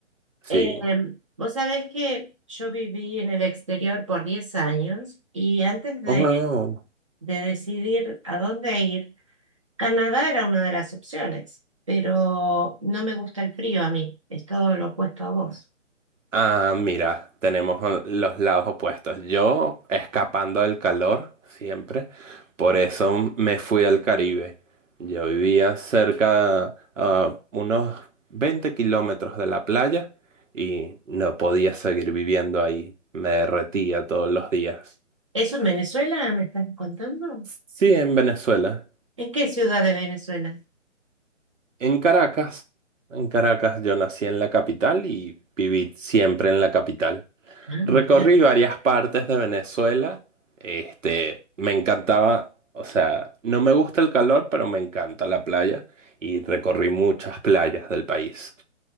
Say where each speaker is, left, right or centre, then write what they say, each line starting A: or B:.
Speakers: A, on the right; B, on the right.
A: sí.
B: Eh, vos sabés que yo viví en el exterior por 10 años y antes de,
A: Oh,
B: de decidir a dónde ir, Canadá era una de las opciones, pero no me gusta el frío a mí, es todo lo opuesto a vos.
A: Ah, mira, tenemos a- los lados opuestos. Yo escapando del calor siempre, por eso me fui al Caribe. Yo vivía cerca a unos 20 kilómetros de la playa y no podía seguir viviendo ahí. Me derretía todos los días.
B: ¿Eso en Venezuela me estás contando?
A: Sí, en Venezuela,
B: ¿En qué ciudad de Venezuela?
A: en Caracas. En Caracas yo nací en la capital y viví siempre en la capital.
B: Ah, mira.
A: Recorrí varias partes de Venezuela. Este, me encantaba, o sea, no me gusta el calor, pero me encanta la playa y recorrí muchas playas del país.